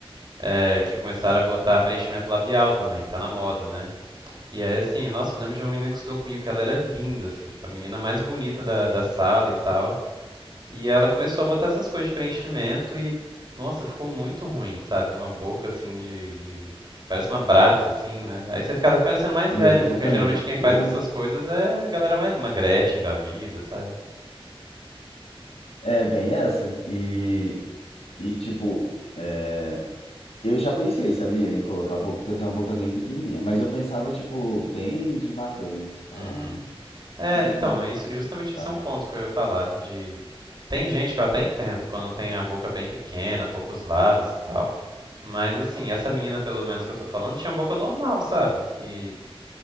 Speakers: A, on the right; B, on the left.
A: é, que começaram a botar preenchimento labial também, que tá na moda, né? E aí, assim, nossa, eu lembro de uma menina que estudou comigo, que ela era linda, assim, tipo, a menina mais bonita da, da sala e tal. E ela começou a botar essas coisas de preenchimento e, nossa, ficou muito ruim, sabe? Uma boca assim de, de- Parece uma Bratz, assim, né? Aí você fica até parecendo mais
B: meu,
A: velha,
B: e fica
A: porque geralmente
B: mesmo.
A: quem faz
B: Eu,
A: essas coisas é a galera mais. Uma Gretchen da vida, sabe?
B: é bem essa. E, e tipo, é, eu já pensei, sabia, em colocar a boca, porque eu tenho uma boca bem pequenininha. Mas eu pensava, tipo, bem devagando. Assim, falar,
A: Uhum.
B: ah, o
A: É,
B: que que
A: então,
B: eu poderia
A: é isso, justamente
B: colocar?
A: isso é um ponto que eu ia falar, de tem gente que eu até entendo quando tem a boca bem pequena, poucos lábios e tal, mas assim, essa menina pelo menos que eu tô falando tinha boca normal, sabe? E